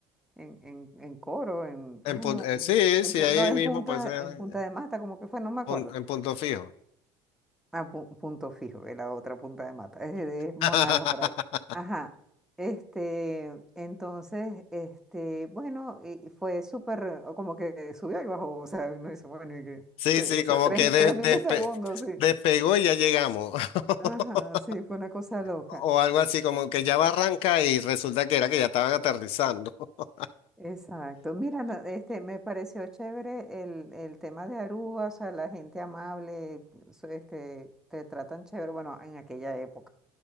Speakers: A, in the centre; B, on the left.
A: en, en, en Coro, en.
B: En
A: Ah,
B: pun-
A: no,
B: eh,
A: en,
B: sí,
A: en
B: sí,
A: Pu-
B: ahí
A: no, en
B: mismo
A: Punta,
B: pues en,
A: en Punta de Mata, como que fue, no me acuerdo.
B: pun- en punto fijo.
A: a punto fijo, que la otra punta de mata. Es, es Monagas
B: <laughs>
A: por ahí. Ajá. Este, entonces, este, bueno, y y fue súper, o como que subió y bajó, o sea, uno dice, bueno, y que,
B: Sí,
A: tre-
B: sí,
A: o
B: como
A: sea, tres,
B: que
A: mi-
B: de-
A: tres
B: despe-
A: milisegundos, sí.
B: despegó y ya llegamos. <laughs>
A: Ajá, sí, fue una cosa loca.
B: O algo así, como que ya va arranca y resulta que era que ya estaban aterrizando. <laughs>
A: Exacto. Mira, na- este, me pareció chévere el, el tema de Aruba, o sea, la gente amable, so- este, te tratan chévere, bueno, en aquella época.